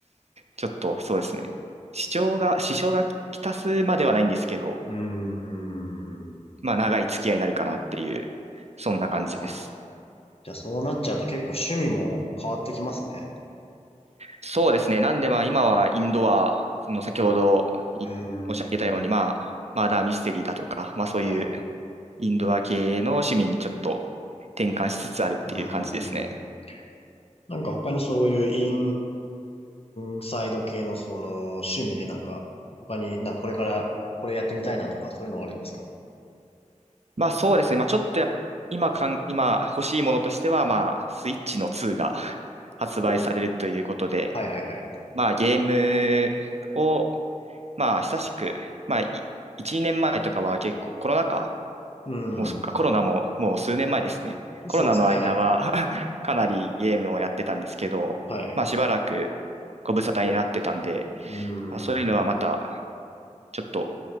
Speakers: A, on the right (about 55°); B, on the left (about 50°).
A: ちょっとそうですね。支障が、支障がきたすまではないんですけど、
B: うーん。は
A: まあ長い付き合いになるかなっていう、そんな感じです。
B: あはあはあ。じゃあそうなっちゃうと結構趣味も変わってきますね。
A: そうですね。なんでまあ今はインドア、その先ほどい申し上げたように、
B: うーん。
A: まあマーダーミステリーだとか、まあそういう
B: はい。
A: インドア系の趣味にちょっと転換しつつあるっていう感じですね。
B: うーん。なんか他にそういうインサイド系のその趣味でなんか他になんかこれからこれやってみたいなとかそういうのはあるんですか
A: まあそうですね。まあちょっとやっ今かん、今欲しいものとしては、まあスイッチの2が <laughs> 発売されるということで、
B: お、はいはいはい。
A: まあゲームを、まあ久しく、まあい1、年前とかは結構コロナ禍、
B: うん。
A: もうそっか、コロナももう数年前ですね。コロナの間は
B: そうですね。はい。
A: <laughs> かなりゲームをやってたんですけど、
B: はい。
A: まあしばらくご無沙汰になってたんで、
B: うん。
A: まあそういうのはまたちょっと